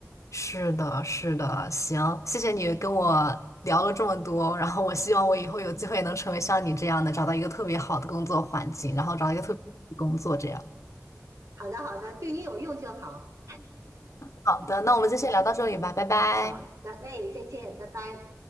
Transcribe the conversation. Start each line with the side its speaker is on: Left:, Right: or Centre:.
Left: 是的，是的，行，谢谢你跟我聊了这么多，然后我希望我以后有机会能成为像你这样的，找到一个特别好的工作环境，然后找到一个特别好的工作这样。
Right: 好的，好的，对你有用就好。
Left: 好的，那我们就先聊到这里吧，拜拜。
Right: 好的，哎，再见，拜拜。